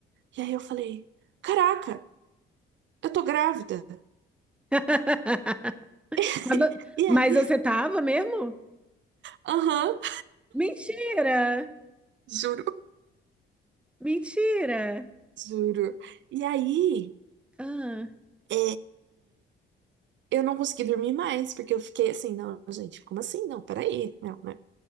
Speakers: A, on the right; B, in the centre.
A: E aí eu falei, caraca! Eu tô grávida.
B: <laughs>
A: <laughs>
B: Mas, vo-
A: E
B: mas
A: aí?
B: você tava mesmo?
A: Aham,
B: Mentira!
A: Juro.
B: Mentira!
A: juro. E aí,
B: Ah,
A: é, eu não consegui dormir mais, porque eu fiquei assim, não, gente, como assim? Não, peraí, não, né?